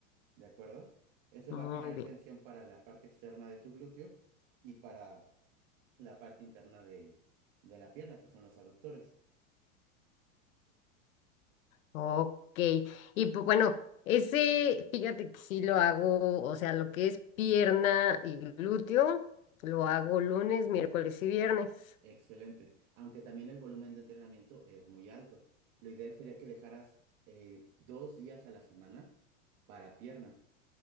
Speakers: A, on the right; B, on the left.
A: ¿de acuerdo? Eso
B: Muy
A: va a generar
B: bien.
A: tensión para la parte externa de tu glúteo y para la parte interna de, de la pierna, que son los aductores.
B: Ok. Y pues bueno, ese, fíjate que sí lo hago, o sea, lo que es pierna y glúteo, lo
A: Ujú,
B: hago lunes, miércoles y viernes.
A: Excelente. Aunque también el volumen de entrenamiento es muy alto. Lo ideal sería que dejaras eh, dos días a la semana para pierna.